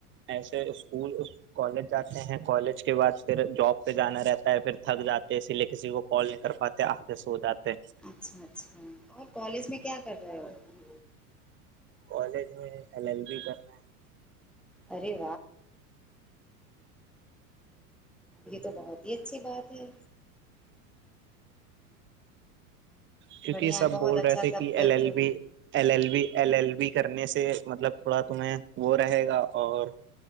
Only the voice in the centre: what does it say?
اچھا اچھا اور کالج میں کیا کر رہا ہے
اریے یہ تو بہت ہی اچھی بات ہے
بڑھیا
ہے بہت
اچھا
سبجیکٹ
جو